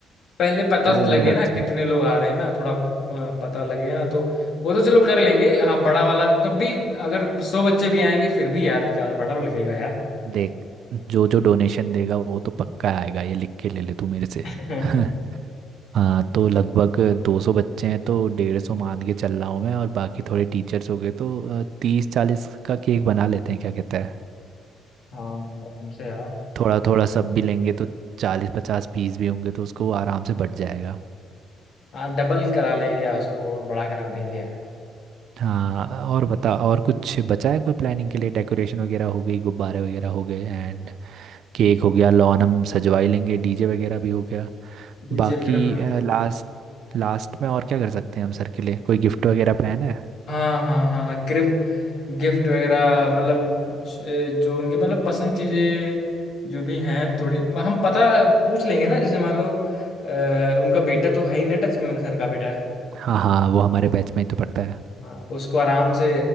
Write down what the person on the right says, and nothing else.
तो
वो लग
जाए
देख जो जो डोनेशन देगा वो तो पक्का आएगा ये लिख के ले ले तू मेरे से
<laughs> हाँ तो लगभग 200 बच्चे हैं तो डेढ़ सौ मान के चल रहा हूँ मैं और बाकी थोड़े टीचर्स हो गए तो तीस चालीस का केक बना लेते हैं क्या कहता है
थोड़ा थोड़ा सब भी लेंगे तो चालीस पचास पीस भी होंगे तो उसको आराम से बट जाएगा
हाँ और बता और कुछ बचा है कोई प्लानिंग के लिए डेकोरेशन वगैरह हो गई गुब्बारे वगैरह हो गए एंड केक हो गया लॉन हम सजवा ही लेंगे डीजे वगैरह भी हो गया
बाकी
लास्ट लास्ट में और क्या कर सकते हैं हम सर के लिए कोई गिफ्ट वगैरह प्लान है
हाँ हाँ वो हमारे बैच में ही तो पड़ता है